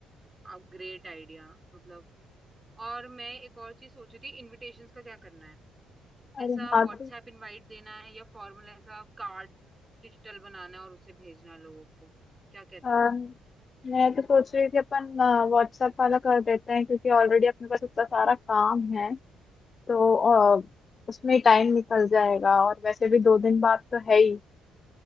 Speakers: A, on the right; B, on the left.
A: अब ग्रेट आइडिया मतलब और मैं एक और चीज सोच रही थी इनविटेशंस का क्या करना है
B: अरे
A: ऐसा व्हाट्सएप
B: हाँ तो
A: इनवाइट देना है या फॉर्मल ऐसा कार्ड डिजिटल बनाना है और उसे भेजना है लोगों को क्या कहते
B: अम,
A: हो आप
B: मैं तो सोच रही थी अपन व्हाट्सएप वाला कर देते हैं क्योंकि ऑलरेडी अपने पास इतना सारा काम है तो अ, उसमें टाइम निकल जाएगा और वैसे भी दो दिन बाद तो है ही